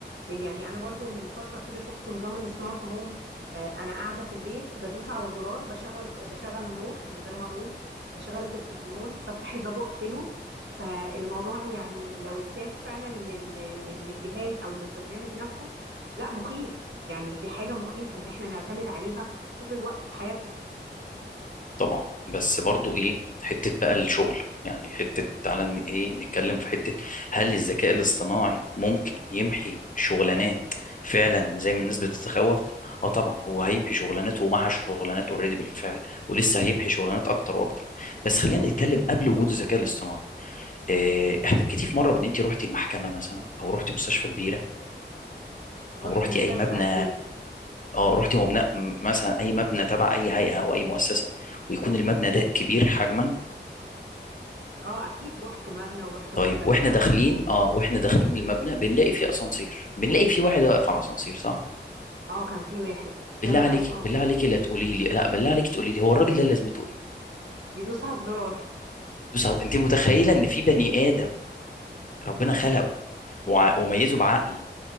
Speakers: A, on the right; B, on the left.
A: يعني انا برضو من فتره كده شفت نظام السمارت هوم آه، انا قاعده في البيت بدوس على زرار بشغل بشغل النور من غير ما اقوم بشغل التلفزيون بفتح الباب واقفله فالموضوع يعني لو اتساب فعلا لل- لل- للجهاز او للبرنامج نفسه لا مخيف يعني دي حاجه مخيفه ان احنا نعتمد عليها طول الوقت في حياتنا
B: طبعا بس برضو ايه حتة بقى الشغل يعني حتة تعالى ن- ايه نتكلم في حتة هل الذكاء الاصطناعي ممكن يمحي شغلانات فعلا زي ما الناس بتتخوف اه طبعا هو هيمحي شغلانات ومحى شغلانات اوريدي بالفعل ولسه هيمحي شغلانات اكتر واكتر بس خلينا نتكلم قبل وجود الذكاء الاصطناعي إيه، احتكيتي في مرة بان انت رحتي المحكمة مثلا او رحتي مستشفى كبيرة
A: رحت
B: او رحتي
A: مستشفى
B: اي مبنى
A: اكيد
B: اه رحتي مبنى مثلا اي مبنى تبع اي هيئة او اي مؤسسة ويكون المبنى ده كبير حجما
A: اه اكيد رحت مبنى ورحت
B: طيب
A: مستشفى
B: واحنا داخلين اه واحنا داخلين المبنى بنلاقي فيه اسانسير بنلاقي فيه واحد واقف على الاسانسير صح
A: اه كان في واحد ده
B: بالله
A: ما
B: عليك
A: بقاش موجود
B: بالله عليك لا تقولي لي لا بالله عليك تقولي لي هو الراجل ده لازمته ايه
A: يدوس على الزرار
B: بس انت متخيله ان في بني ادم ربنا خلقه وع- وميزه بعقل